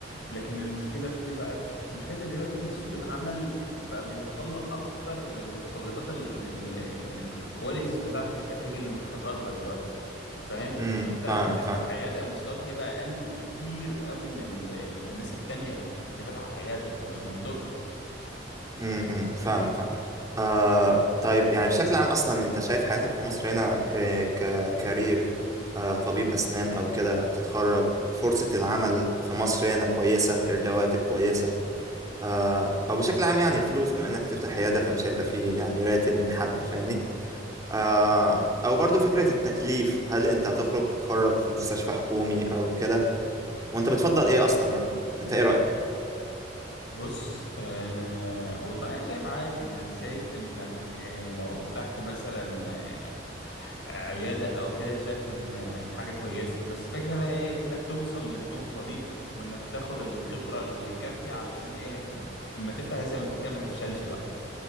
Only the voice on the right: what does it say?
امم
فاهمك
فاهم
امم امم، فاهمك فاهم آه طيب يعني بشكل عام أصلا أنت شايف حياتك في مصر هنا آه، ككارير آه طبيب أسنان أو كده تتخرج فرصة العمل في مصر هنا كويسة الرواتب كويسة آه أو بشكل عام يعني الفلوس بما إنك هتفتح عيادة فمش هيبقى فيه يعني راتب من حد فاهمني آه، او برضو فكرة التكليف هل انت هتخرج تتخرج في مستشفى حكومي او كده وانت بتفضل ايه اصلا يعني انت ايه رأيك